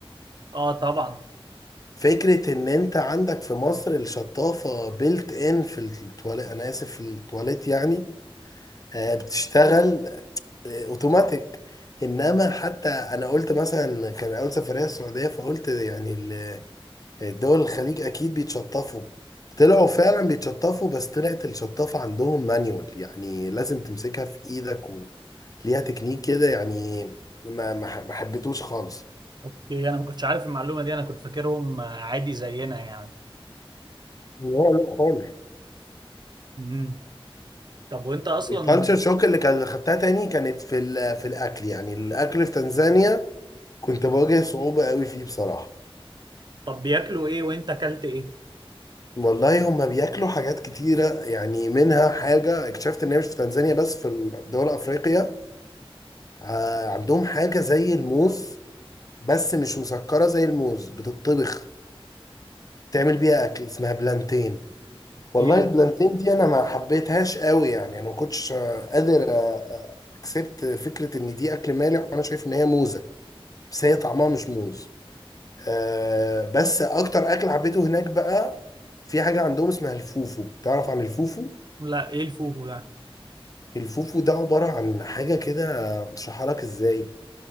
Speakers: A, on the right; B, on the left.
A: اه طبعا
B: فكره ان انت عندك في مصر الشطافه بيلت ان في التواليت انا اسف في التواليت يعني آه، بتشتغل اوتوماتيك انما حتى انا قلت مثلا كان اول سفريه السعوديه فقلت يعني دول الخليج اكيد بيتشطفوا طلعوا فعلا بيتشطفوا بس طلعت الشطافة عندهم مانيوال يعني لازم تمسكها في ايدك وليها تكنيك كده يعني ما ما ح- ما حبيتوش خالص
A: اوكي انا ما كنتش عارف المعلومه دي انا كنت فاكرهم عادي زينا يعني
B: لا لا خالص
A: امم طب وانت اصلا
B: الكالتشر شوك اللي كان خدتها تاني كانت في ال- في الاكل يعني الاكل في تنزانيا كنت بواجه صعوبة قوي فيه بصراحة
A: طب بياكلوا ايه وانت اكلت ايه
B: والله هما بياكلوا حاجات كتيرة يعني منها حاجة اكتشفت ان هي مش في تنزانيا بس في دول افريقيا آه، عندهم حاجة زي الموز بس مش مسكرة زي الموز بتطبخ تعمل بيها أكل اسمها بلانتين والله
A: ايه
B: البلانتين دي أنا ما حبيتهاش قوي يعني أنا ما كنتش قادر أكسبت فكرة إن دي أكل مالح وأنا شايف إن هي موزة بس هي طعمها مش موز آه، بس أكتر أكل حبيته هناك بقى في حاجة عندهم اسمها الفوفو تعرف عن الفوفو؟
A: لا ايه الفوفو ده
B: الفوفو ده عبارة عن حاجة كده مش هشرحها لك إزاي